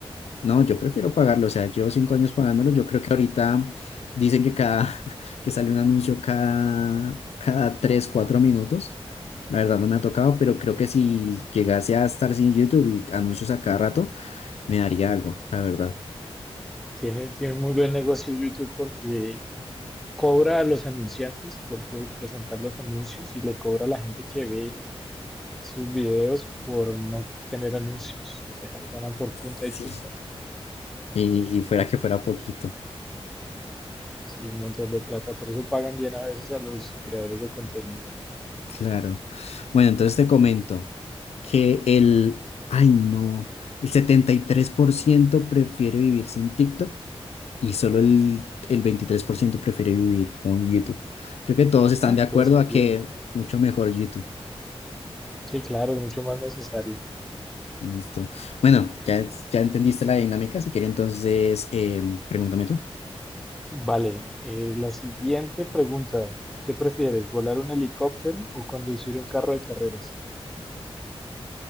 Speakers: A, on the left; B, in the centre.
A: No, yo prefiero pagarlo, o sea, llevo cinco años pagándolo, yo creo que ahorita dicen que cada, <laughs> que sale un anuncio cada, cada tres, cuatro minutos, la verdad no me ha tocado, pero creo que si llegase a estar sin YouTube y anuncios a cada rato, me daría algo, la verdad,
B: Tiene, tiene muy buen negocio YouTube porque cobra a los anunciantes por, por presentar los anuncios y le cobra a la gente que ve sus videos por no tener anuncios, o sea, ganan por
A: Sí.
B: punta y punta.
A: y, y fuera que fuera poquito,
B: Sí, un montón de plata, por eso pagan bien a veces a los creadores de contenido, ¿no?
A: claro. Bueno, entonces te comento que el, ay no, el 73% prefiere vivir sin TikTok y solo el, el 23% prefiere vivir con YouTube. Creo que todos están
B: Ah,
A: de acuerdo
B: tiene sentido.
A: a que mucho mejor YouTube.
B: Sí, claro, es mucho más necesario.
A: Listo. Bueno, ya, ya entendiste la dinámica. Si quieres, entonces, em, pregúntame tú.
B: Vale, eh, la siguiente pregunta. ¿Qué prefieres, volar un helicóptero o conducir un carro de carreras?